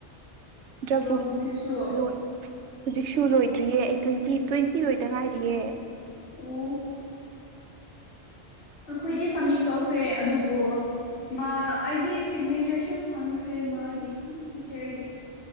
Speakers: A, on the right; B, on the left.
A: ꯗ꯭ꯔꯛꯕꯨꯛ
B: ꯍꯧꯖꯤꯛꯁꯨ
A: ꯂꯣꯏ ꯍꯧꯖꯤꯛꯁꯨ ꯂꯣꯏꯗ꯭ꯔꯤꯌꯦ ꯑꯩ ꯇ꯭ꯋꯦꯟꯇꯤ ꯇ꯭ꯋꯦꯟꯇꯤ ꯂꯣꯏꯗ ꯉꯥꯏꯔꯤꯌꯦ
B: ꯑꯣ ꯑꯩꯈꯣꯏꯗꯤ ꯁꯃꯤꯡ ꯇꯧꯈ꯭ꯔꯦ ꯑꯗꯨꯕꯨ ꯑꯩꯗꯤ ꯁꯤꯒꯅꯦꯆꯔꯁꯨ ꯐꯪꯈ꯭ꯔꯦ ꯃꯥꯒꯤ ꯇꯤꯆꯔꯒꯤ